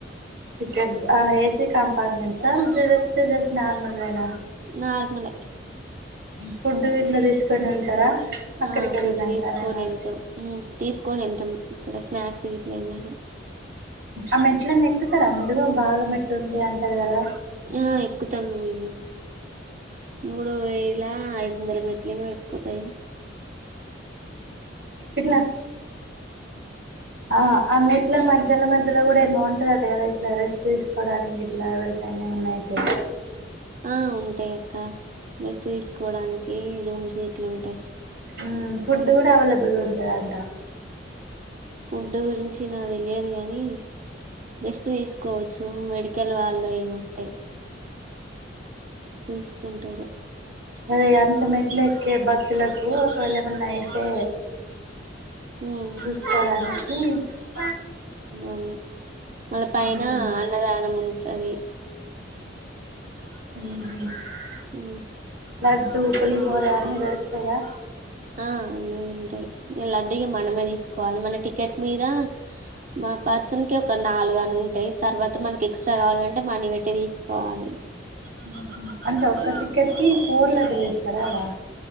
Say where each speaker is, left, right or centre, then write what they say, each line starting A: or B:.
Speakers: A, on the right; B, on the right.
A: టికెట్ ఆ ఏసి కంపార్ట్మెంట్ సార్ నార్మలవెనా
B: నార్మలె
A: ఫుడ్ ఇట్ల తీసుకని వెళ్తారా. అక్కడికి
B: ఆ
A: వెళ్ళినాకనేనా
B: ఫుడ్ తీసుకొని వెళ్తాం ఉ తీసుకొని వెళ్తాం. ఇక్కడ స్నాక్స్ ఇట్లా ఏమైనా
A: ఆమెట్లలను ఎక్కుతారామె ఎ బాగా మెట్లుంటాయి అంటారు కదా.
B: ఆ ఎక్కుతాము మేము మూడు వేల ఐదు వందల మెట్లుమో ఎక్కువతాయి.
A: ఇట్లా అ ఇట్లా మధ్యలో మధ్యలో బగుంటందట కదా ఇట్లా రెస్ట్ తీసుకోవడానికి ఇం ఇట్లా ఎవరికైనా ఏమన్నా అయితే
B: ఆ ఉంటాయ అక్క రెస్ట్ తీసుకోవడానికి రూమ్స్ ఇట్లు ఉంటాయి.
A: హు ఫుడ్ కూడా అవైలబుల్ ఉంటదంట.
B: ఫుడ్ గురించి నాకు తెలియదు కానీ రెస్ట్ తీసుకోవచ్చు. మెడికల్ వాళ్ళువి ఉంటాయి. చూసుకుంటారు.
A: అరే అంత మ లెక్కే భక్తులకు ఒకవేళ ఏమన్నా అయితే
B: ఉమ్,
A: చూసుకోవడానికి ఉ
B: అవును వాళ్ళ పైన
A: మ్మ్
B: అన్నదానం ఉంటది.
A: ఉ <unintelligible>
B: ఊ
A: లడ్డు, పులిహోర అన్ని దొరుకుతాయా
B: ఆ అనేది ఉంటాయి. ఇలాడ్డ మనమే తీసుకోవాలి. మన టికెట్ మీద మా పర్సన్ కి ఒక నాలుగుని ఉంటాయి. తర్వాత మనకి ఎక్స్ట్రా కావాలంటే మనీ పెట్టి తీసుకోవాలి.
A: ఉహ <unintelligible> అంత ఒక్క
B: హ్మ్.
A: టికెట్ కి ఫోర్ లడ్డులు ఇస్తారా అడా